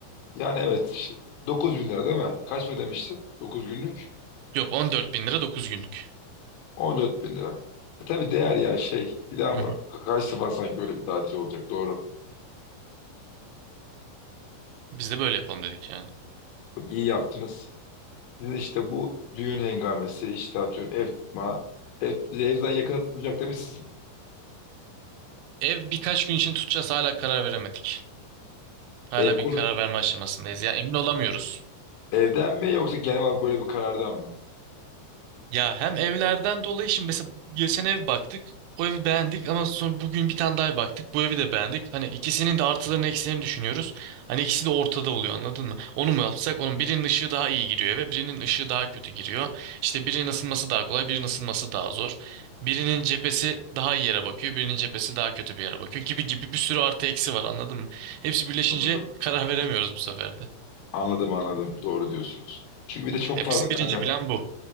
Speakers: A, on the left; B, on the right.
A: Yani evet şey, 9 bin lira değil mi? Kaç mı demiştin? 9 günlük
B: Yok 14 bin lira 9 günlük.
A: 14 bin lira. E tabii değer ya şey. Bir daha
B: Hı
A: mı?
B: hı.
A: Kaç sefer sanki öyle bir tatil olacak doğru.
B: Biz de böyle yapalım dedik yani.
A: Bak iyi yaptınız. Sizin işte bu düğün hengamesi işte atıyorum ev tutma. Ev, bize evden yakına tutulacak değil mi sizin?
B: Ev birkaç gün için tutacağız hala karar veremedik. Hala
A: Ev konu
B: bir karar verme aşamasındayız. Ya emin olamıyoruz.
A: evden mi yoksa genel olarak böyle bir karardan mı?
B: Ya hem evlerden dolayı şimdi mesela geçen ev baktık. O evi beğendik ama sonra bugün bir tane daha ev baktık. Bu evi de beğendik. Hani ikisinin de artılarını eksilerini düşünüyoruz. Hani ikisi de ortada oluyor anladın mı? Onu mu yapsak? Onun birinin ışığı daha iyi giriyor eve, birinin ışığı daha kötü giriyor. İşte birinin ısınması daha kolay, birinin ısınması daha zor. Birinin cephesi daha iyi yere bakıyor, birinin cephesi daha kötü bir yere bakıyor gibi gibi bir sürü artı eksi var anladın mı? Hepsi birleşince
A: Anladım.
B: karar veremiyoruz bu sefer de.
A: Anladım anladım. Doğru diyorsunuz. Çünkü bir de çok
B: Ya
A: fazla
B: bizim
A: kanka.
B: birinci plan bu.